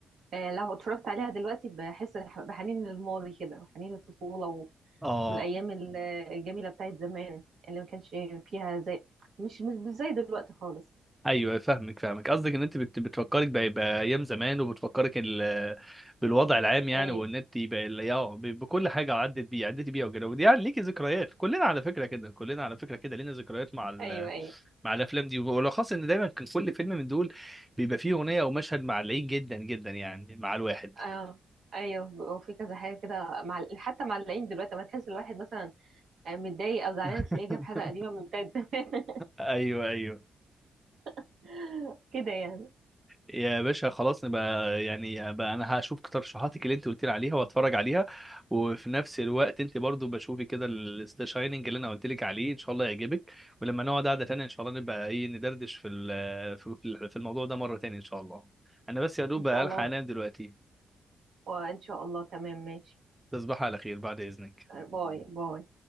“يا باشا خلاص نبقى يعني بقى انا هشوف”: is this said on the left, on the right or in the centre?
Centre